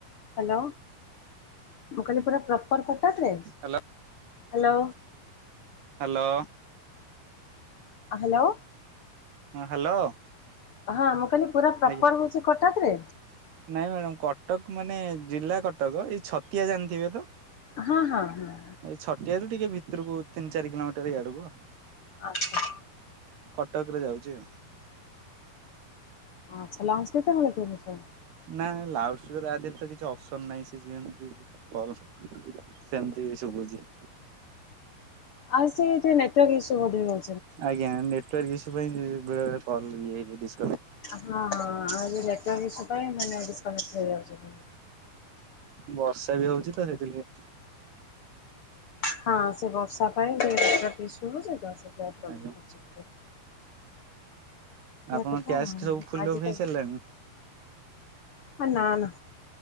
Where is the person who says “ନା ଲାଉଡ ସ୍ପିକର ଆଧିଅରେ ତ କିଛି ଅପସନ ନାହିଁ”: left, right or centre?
Right